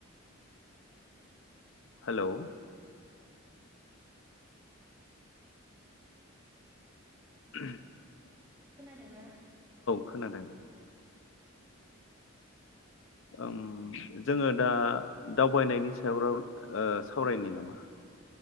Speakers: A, on the left (about 65°); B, on the right (about 15°).
A: हेल'
B: औ
A: <unintelligible>
B: खोनादों ना
A: खोनादों ओम जोङो दा दावबायनायनि सायाव राव ओ सावरायनि नामा?